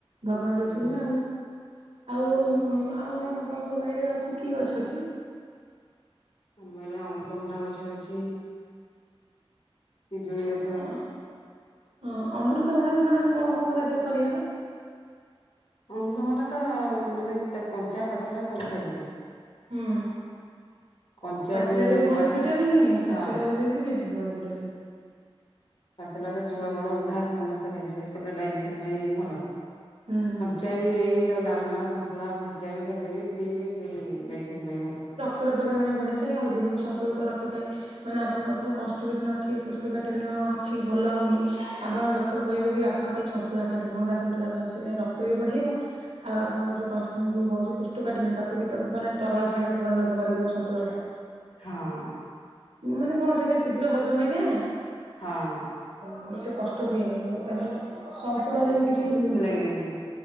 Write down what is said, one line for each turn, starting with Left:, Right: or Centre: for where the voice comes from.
Right: ଭଗବାନ ଦେଇଚନ୍ତି
Left: ହୁଁ
Right: ନା। ଆଉ, ଆଉ ଆଉ କଣ ଆପଣଙ୍କ ବାଇରେ ଆଉ କି ଗଛ ଅଛି?
Left: ଆମ ବାରିରେ ଅମୃତଭଣ୍ଡା ଗଛ ଅଛି, ପିଜୁଳି ଗଛ୍।
Right: ଓ ହଁ ଅମୃତଭଣ୍ଡା ବି, ମ୍ୟାଡାମ୍। କଣ କଣ <unintelligible> କରିହବ?
Left: ଅମୃତଭଣ୍ଡା ତ ମାନେ ତା କଞ୍ଚା, ପାଚଲା ସବୁ ଖାଇପାରିବେ।
Right: ହୁଁ।
Left: କଞ୍ଚାକୁ
Right: ପାଚିଲାରେ ବି ବହୁତ
Left: ପା
Right: ଭିଟାମନି
Left: ହଁ
Right: ପାଚିଲା <unintelligible> ଭିଟାମନ୍
Left: ପାଚିଲା ଟା ଛୁଆ ବଡ, ବୁଢା ସମସ୍ତେ ଖାଇଦେବେ। ସୁଗର୍ ଡାଇଜେସନ୍ ପାଇଁ ଭଲ।
Right: ଏଁ
Left: ଚାରିଜାଇ, ତା, ଡାଲମା, ସନ୍ତୁଳା, ଭଜା ବି ଖାଇପାରିବେ। ସିଏ ବି ସେଇ ଡାଇଜେସନ୍ ପାଇଁ ଭଲ।
Right: ତେର ପରିମାଣ ବଢ଼ାଇଥାଏ ଆଉ ଦେହକୁ ସନ୍ତୁଳିତ ରଖିଥାଏ। ମାନେ ଆପଣଙ୍କ ଧର କଷ୍ଠିବେସନ ଅଛି କୁଷ୍ଠବ୍ୟାପିନ ଅଛି ଭଲ ହଉନି ଆପଣ ଦଖ୍। ଡାକ୍ତର କହିବେ କି, ଆପଣ ଖାଲି ସନ୍ତୁଳା ଖାଆନ୍ତୁ, ଭଣ୍ଡା ସନ୍ତୁଳା ଖାଆନ୍ତୁ। ସେଟା ରକ୍ତ ବି ବଢ଼େଇବ। ଆଉ ଆପଣଙ୍କ ଯୋଉ କଷ୍ଟ ଉଁ ଯୋଉ ହଉଛି କୁଷ୍ଠ୍ ତୁ କାଟିନୁ ତାକୁ ବି ମାନେ ତରଳା ଝାଡ଼ାରେ ପରିଣତ କରିଦେବ ସନ୍ତୁଳା ଟା।
Left: ହଁ।
Right: ମାନେ କଣ ସେଇଟା ଶୀଘ୍ର ହଜମ ହେଇଯାଏ ନା?
Left: ହଁ।
Right: ହୁଁ ଏତେ କଷ୍ଟ ହୁଏନି, ତାପରେ ସନ୍ତୁଳାରେ ବି କିଛି ଉଁ
Left: କେନ ଦେମ।